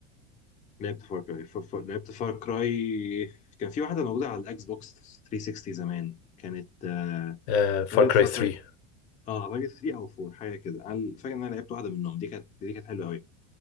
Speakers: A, on the left; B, on the left.
A: لعبت فار كراي ف... ف... لعبت فار كراي كان في واحده موجوده على الاكس بوكس 360 زمان كانت آه،
B: آه فار
A: طريقه
B: كراي
A: فار
B: 3
A: كراي اه اعتقد 3 او 4 حاجه كده انا فاكر ان انا لعبت واحده منهم دي كانت دي كانت حلوه قوي